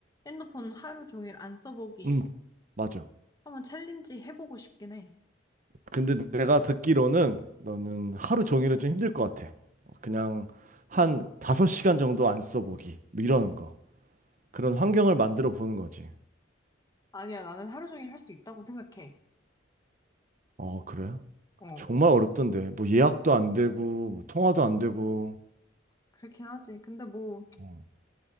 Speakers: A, on the left (about 20°); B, on the right (about 45°).
A: 핸드폰 하루 종일 안 써보기
B: 음, 맞아.
A: 한번 챌린지 해보고 싶긴 해.
B: 근데 내가 듣기로는 너는 하루 종일은 좀 힘들 것 같아. 그냥 한 다섯 시간 정도 안 써보기, 뭐 이런 거. 그런 환경을 만들어 보는 거지.
A: 아니야, 나는 하루 종일 할 수 있다고 생각해.
B: 어, 그래?
A: 어,
B: 정말 어렵던데. 뭐 예약도 안 되고, 뭐 통화도 안 되고.
A: 그렇긴 하지. 근데 뭐
B: 어.